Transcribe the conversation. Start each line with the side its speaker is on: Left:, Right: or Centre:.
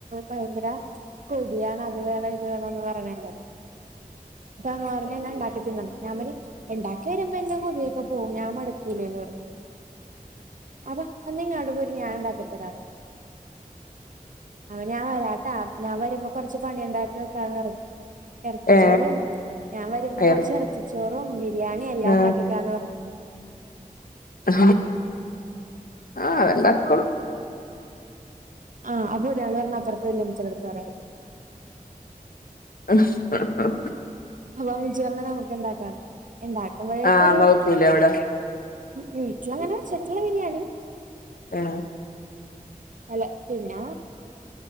Right: ഭയങ്കര കൊതിയൻ അത് വേണം ഇത് വേണന്ന് പറയാണേക്ക
Left: ഉ
Right: ഇതാന്ന് പറഞ്ഞ ഞാൻ ഉണ്ടാക്കിതിന്നാ ഇണ്ടാക്കി വരുമ്പോ എന്റെ കൂതി യൊക്കെ പോവും ഞാൻ മടുക്കൂലേന്ന്
Left: അ
Right: അ അ എന്നാ ഇങ്ങാട് പോരെ ഞാനി ണ്ടാക്കി തരാ അവൻ ഞാൻ വരാട്ടാ ഞാൻ വരുമ്പോ കൊറച്ച് പണി ഉണ്ടാക്കി വക്കാന്ന് എറച്ചിച്ചോറും
Left: ഏ
Right: ഞാൻ വരുമ്പോ
Left: എറ
Right: കൊറച്ച് ഇറച്ചിച്ചോറും ബിരിയാണിയും എല്ലാം
Left: ആ
Right: ഉണ്ടാക്കിക്കാന്ന് പറഞ്ഞു
Left: ആ ആ അതെല്ല ഇണ്ടാക്കിക്കോളു
Right: ആ അപ്പൊരാൾ പറഞ് അപ്പുറത്ത് വല്മിചിടെടുത്ത് പറയാൻ
Left: ആ ആ ആ
Right: അപ്പമെച്ചി പറഞ് നമക്ക് ഉണ്ടാക്കാ ഉണ്ടാക്കുമ്പോഴേക്ക
Left: ആ
Right: ഒരു
Left: അമ്മ വെക്കൂലേ അവിടെ
Right: വീട്ടിൽസങ്ങനെ വെച്ചിട്ടല ബിരിയാണി
Left: ആ
Right: അല്ല പിന്നെ